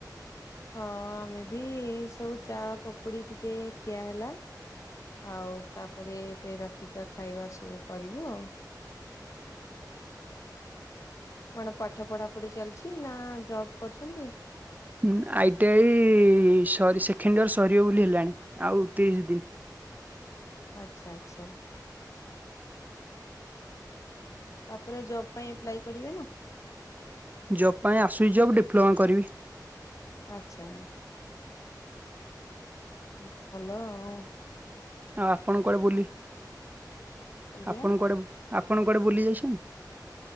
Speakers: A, on the left; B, on the right.
A: ହଁ ଆମେ ବି ସବୁ ଚା ପକୁଡି ଟିକେ ଖିଆ ହେଲା। ଆଉ ତାପରେ ଏବେ ରାତିକା ଖାଇବା ସବୁ କରିବୁ ଆଉ। କଣ ପାଠ ପଢା ପଢି ଚାଲିଚି ନା ଜବ କରୁଚନ୍ତି?
B: ହୁଁ ଆଇଟିଆଇ ସରି ସେକେଣ୍ଡଇୟର ସରିବ ବୋଲି ହେଲାଣି। ଆଉ ତିରିଶ ଦିନ।
A: ଆଚ୍ଛା ଆଚ୍ଛା। ତାପରେ ଜବ୍ ପାଇଁ ଏପ୍ଲାଏ କରିବେ ନା?
B: ଜବ୍ ପାଇଁ ଆସୁଚି ଜବ୍ ଡିପ୍ଲୋମା କରିବି।
A: ଆଛା ହୁଁ ଭଲ ଆଉ
B: ଆଉ ଆପଣ କୁଆଡେ ବୁଲି
A: ଆଜ୍ଞା
B: ଆପଣ କୁଆଡେ ଆପଣ କୁଆଡେ ବୁଲି ଯାଇଛନ୍ତି